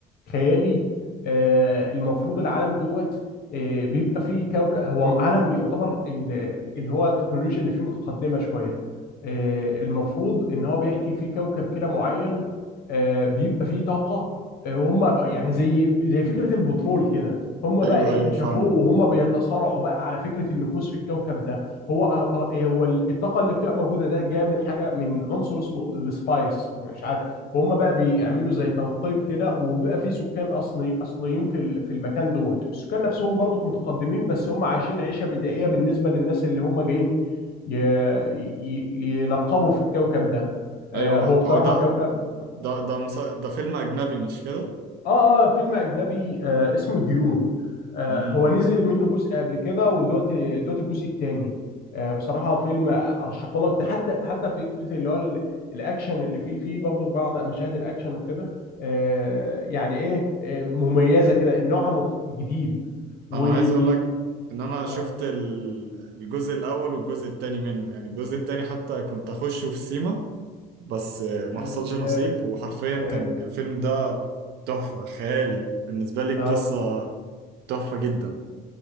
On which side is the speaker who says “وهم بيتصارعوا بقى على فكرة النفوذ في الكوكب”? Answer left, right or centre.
Left